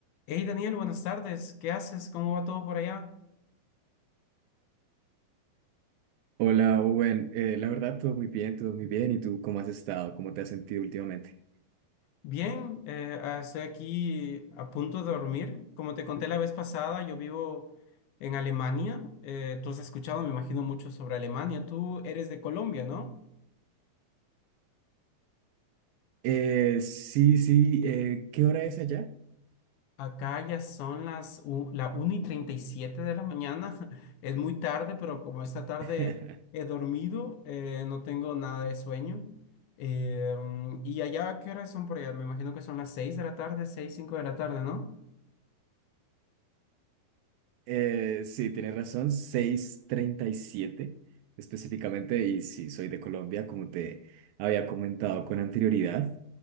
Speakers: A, on the left; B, on the right.
A: Hey Daniel, buenas tardes. ¿Qué haces? ¿Cómo va todo por allá?
B: Hola, Owen. Eh, la verdad, todo muy bien, todo muy bien. ¿Y tú cómo has estado? ¿Cómo te has sentido últimamente?
A: Bien, eh, ah, estoy aquí a punto de dormir. Como te conté la vez pasada, yo vivo en Alemania. Eh, tú has escuchado, me imagino, mucho sobre Alemania. Tú eres de Colombia, ¿no?
B: Eh, sí, sí. eh, ¿qué hora es allá?
A: Acá ya son las u- la una y 37 de la mañana. <laughs> Es muy tarde, pero como esta tarde
B: <laughs>
A: he dormido, eh, no tengo nada de sueño. Eh, mm, ¿y allá qué horas son por allá? Me imagino que son las seis de la tarde, seis cinco de la tarde, ¿no?
B: Eh, sí, tienes razón, Seis treinta y siete, específicamente. Y sí, soy de Colombia, como te había comentado con anterioridad.